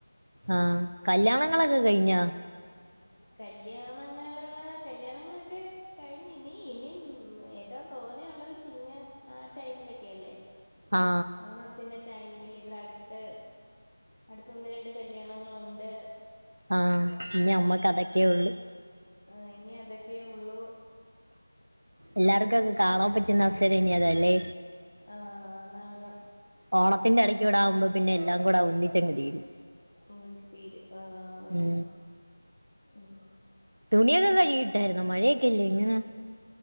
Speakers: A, on the right; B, on the left.
A: ആഹ് കല്യാണങ്ങളൊക്കെ കഴിഞ്ഞോ
B: കല്യാണങ്ങള് കല്യാണങ്ങളൊക്കെ കഴിഞ്ഞി ഇനി ഇനിം ഏറ്റ തോനെയുള്ളത് ചിങ്ങ ആ ടൈമിലൊക്കെ അല്ലേ?
A: ആ
B: ഓണത്തിന്റെ ടൈമില് ഇവിടെ അടുത്ത് അടുത്ത ഒന്ന് രണ്ട് കല്യാണങ്ങളുണ്ട്
A: ആഹ് ഇനി അമ്മക്ക് അതൊക്കെയുള്ളു
B: ആ ഇനി അതൊക്കെ ഉള്ളൂ
A: എല്ലാർകൊക്കെ കാണാൻ പറ്റുന്ന അവസരം ഇനി അതല്ലേ
B: ആഹ് നാന്
A: ഓണത്തിന്റെ ഇടക്ക് ഇവിടെ ആവുമ്പോ പിന്നെല്ലാം കൂടെ ഒന്നിച്ചങ്ങ് തീരും
B: ഒന്നിച്ച് തീരും ആഹ് ആഹ്
A: മ്
B: ഉം
A: തുണിയൊക്കെ കഴിക്കിട്ടായിരുന്നോ മഴയൊക്കെല്ലേ ഇങ്ങനെ